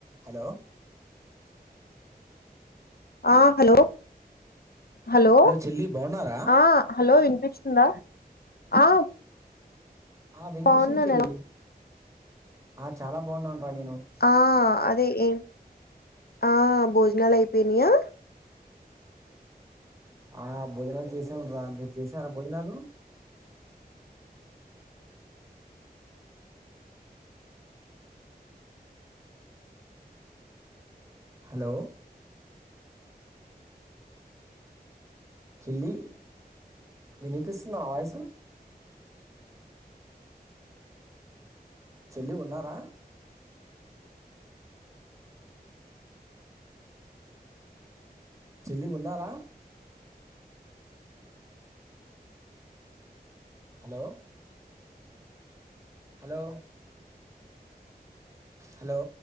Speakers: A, on the right; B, on the left.
A: hello
B: ఆ hello hello
A: చెల్లి బాగున్నారా
B: ఆ హలో విన్పిచ్ చిందా ఆ
A: ఆ వినిపిస్తుంది
B: బాగున్నాను
A: చెల్లి
B: ఎలా-
A: ఆ చాలా బాగున్నానురా నేను
B: ఆ అదే ఏం ఆ భోజనాలు అయిపోయినయా
A: ఆ భోజనాలు చేశాంరా మీరు చేసారా భోజనాలు <inaudible> హలో చెల్లి వినిపిస్తుందా వాయిసు చెల్లి ఉన్నారా చెల్లి ఉన్నారా హలో హలో హలో